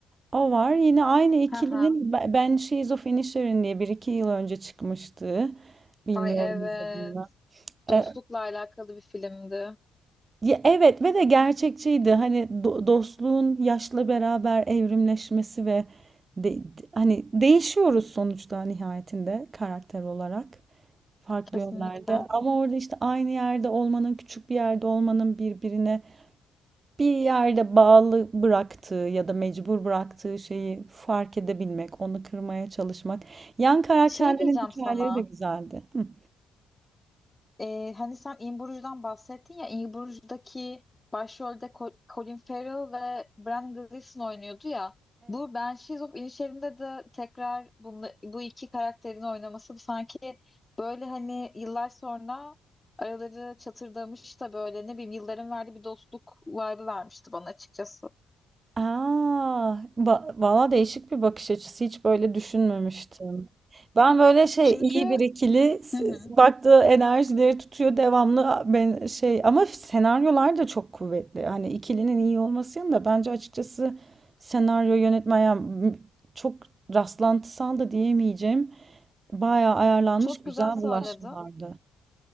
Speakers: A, on the right; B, on the left.
A: O var yine aynı ikilinin
B: Haha.
A: Be- Ben She's of Inisherin diye bir iki yıl önce çıkmıştı. Bilmiyorum
B: Ay evet.
A: izledim mi?
B: Dostlukla
A: E,
B: alakalı bir filmdi.
A: ya evet ve de gerçekçiydi. Hani do- dostluğun yaşla beraber evrimleşmesi ve de- de- hani değişiyoruz sonuçta nihayetinde karakter olarak farklı
B: Kesinlikle.
A: yönlerde. Ama orada işte aynı yerde olmanın, küçük bir yerde olmanın birbirine bir yerde bağlı bıraktığı ya da mecbur bıraktığı şeyi fark edebilmek, onu kırmaya çalışmak. Yan karakterlerin
B: Şey diyeceğim
A: hikayeleri
B: sana.
A: de güzeldi. Hı.
B: Ee, hani sen In Bruges'dan bahsettin ya In Bruges'daki başrolde Co- Colin Farrell ve Bran Gleeson oynuyordu ya. Bu Banshees of Inisherin'de de tekrar bunu, bu iki karakterin oynaması sanki böyle hani yıllar sonra araları çatırdamış da böyle ne bileyim yılların verdiği bir dostluk vibe'ı vermişti bana açıkçası.
A: Aa, va- valla değişik bir bakış açısı. Hiç böyle düşünmemiştim. Ben böyle şey
B: Çünkü
A: iyi bir ikili s-
B: Hı hı.
A: baktığı enerjileri tutuyor devamlı ben şey ama senaryolar da çok kuvvetli. Hani ikilinin iyi olmasının da bence açıkçası senaryo yönetmen yani m- çok rastlantısal da diyemeyeceğim. Bayağı ayarlanmış
B: çok
A: güzel
B: güzel söyledin.
A: bulaşmalardı.